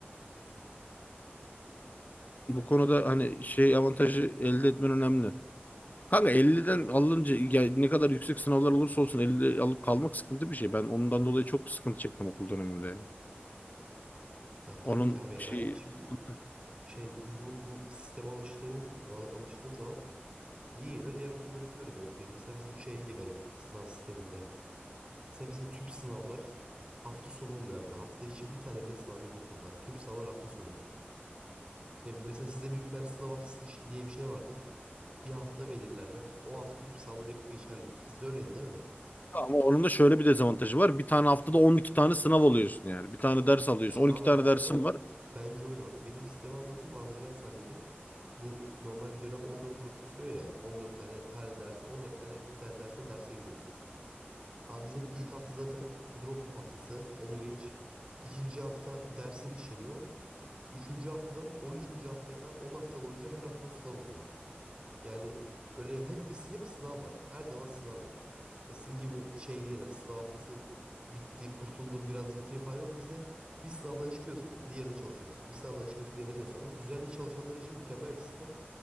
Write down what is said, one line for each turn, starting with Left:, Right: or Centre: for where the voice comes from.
Left: Bu konuda hani şey avantajı elde etmen önemli. Kanka 50'den alınca ya ne kadar yüksek sınavlar olursa olsun 50 alıp kalmak sıkıntı bir şey. Ben ondan dolayı çok sıkıntı çektim okul döneminde.
Right: Ya tabii
Left: Onun
Right: ki abi ya
Left: şey
Right: ben şimdi
Left: sıkıntı.
Right: şey bizim okulun sisteme alıştığımız alıştığım zaman iyi geliyor. Diğer okullarınki böyle garip geliyor. Mesela bizim şey de garip sınav sisteminde. Mesela bizim tüp sınavlar hafta sonu oluyor abi. Hafta içi bir tane bile sınav yok okulda. Tüp sınavlar hafta sonu. Ya bir- mesela sizde büyük ihtimalle sınav haftası iş- diye bir şey vardır. Bir hafta belirlerler. O hafta tüm sahaları yapıp geçerler. Sizde öyleydi değil mi?
Left: Ama onun da şöyle bir dezavantajı var. Bir tane haftada 12 tane sınav alıyorsun yani. Bir tane ders alıyorsun.
Right: İşte
Left: 12
Right: abi
Left: tane
Right: aslında
Left: dersin var.
Right: bence öyle. Bak benim sistemi anlatayım anlayacaksın sen beni. Bu normalde dönem 14 hafta sürüyor ya. on dört tane her dersi 14 tane bir tane dersen derse giriyorsun. Abi bizim ilk hafta zaten drop off haftası. Onu geç. İkinci hafta dersler işleniyor. Üçüncü haftadan on üçüncü haftaya kadar 10 hafta boyunca her hafta son sınav oluyor. Yani böyle hep biz hep sınav var. Her zaman sınav var. Ve sizin gibi şey değil. yani sınav haftası bitti, kurtuldum biraz yatayım falan yok. Bizde bir sınavdan çıkıyorsun, diğerine çalışıyorsun. Bir sınavdan çıkıyorsun, diğerine çalışıyorsun. Aslında düzenli çalışanlar için mükemmel bir sistem.